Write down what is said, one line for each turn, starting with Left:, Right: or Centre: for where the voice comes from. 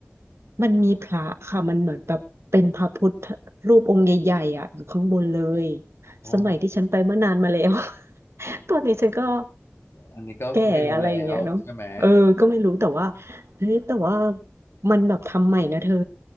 Right: มันมีพระค่ะ มันเหมือนแบบเป็นพระพุทธรูปองค์ใหญ่ๆอ่ะอยู่ข้างบนเลย
Left: ๆอ๋อ
Right: สมัยที่ฉันไปเมื่อนานมาแล้ว <laughs> ตอนนี้ฉันก็
Left: อันนี้ก็ไม่รู้แล้วใช่ไหม
Right: แก่อะไรอย่างเงี้ยเนาะเออก็ไม่รู้แต่ว่าเฮ้ยแต่ว่ามันแบบทำใหม่นะเธอ